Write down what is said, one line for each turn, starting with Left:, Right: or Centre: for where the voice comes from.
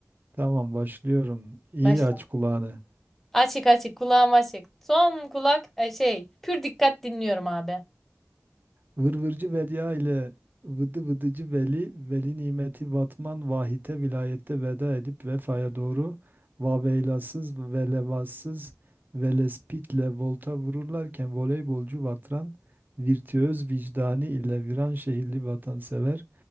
Right: tamam başlıyorum. İyi
Centre: Başla.
Right: aç kulağını.
Centre: Açık açık kulağım açık. Son kulak e, şey pür dikkat dinliyorum abi.
Right: Vırvırcı Vedia ile Vıdı Vıdıcı Veli, Veli Nimeti Vatman Vahite vilayette veda edip vefaya doğru Vaveylasız ve Levassız Velespitle volta vururlarken voleybolcu Vatran, virtüöz vicdani ile viran şehirli vatansever,